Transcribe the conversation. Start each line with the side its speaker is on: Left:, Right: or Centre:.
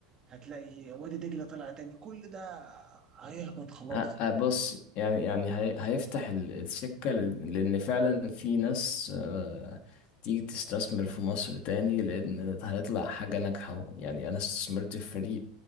Right: هتلاقي وادي دجله طلع تاني كل ده هيهبط خلاص
Left: أ- أ- بص يعني يعني هي- هيفتح ال- السكة لل- لأن فعلا في ناس آه، تيجي تستثمر في مصر تاني لأن هيطلع حاجة ناجحة يعني أنا استثمرت في فريق